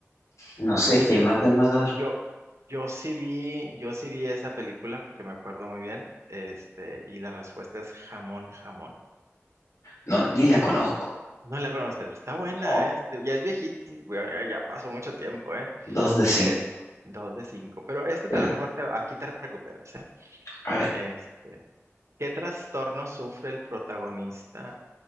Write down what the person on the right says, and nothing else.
Eh,
Yo, yo sí vi, yo sí vi esa película porque me acuerdo muy bien, este, y la respuesta es jamón, jamón.
No la conoces, está buena,
¿eh? Ya es viejita, bueno, ya ya pasó mucho tiempo, ¿eh?
Eh, dos de cinco, pero esta
a lo mejor te- aquí te recuperas, ¿eh?
Este, ¿qué trastorno sufre el protagonista